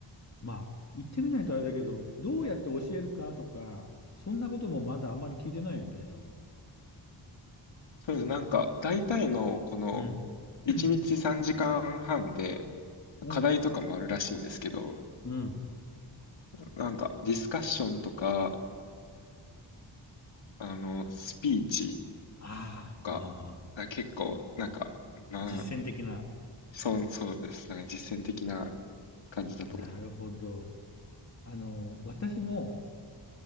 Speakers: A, on the left (about 35°); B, on the left (about 75°).
A: まあ、言ってみないとあれだけど、どうやって教えるかとか、そんなこともまだあんまり聞いてないよね、多分。
B: そうです。なんか、大体のこの
A: うん。
B: 1日3時間半で
A: <clears throat> うん。
B: 課題とかもあるらしいんですけど、
A: うん。
B: なんか、ディスカッションとか、あの、スピーチ
A: ああ、
B: とか、
A: ああ、
B: あ結構、なんか、な
A: 実践的な。
B: そう、そうです。なんか実践的な感じだと思います。
A: なるほど。あの、私も